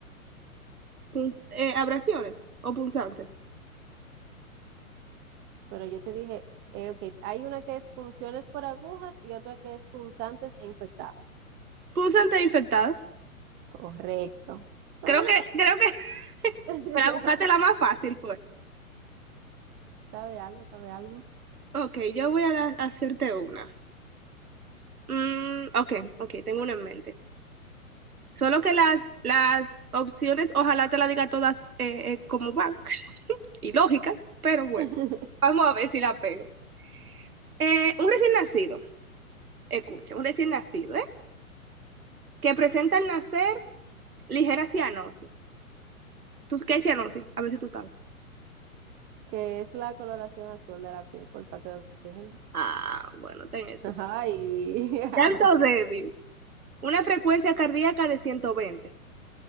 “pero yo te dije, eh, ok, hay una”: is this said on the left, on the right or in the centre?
Right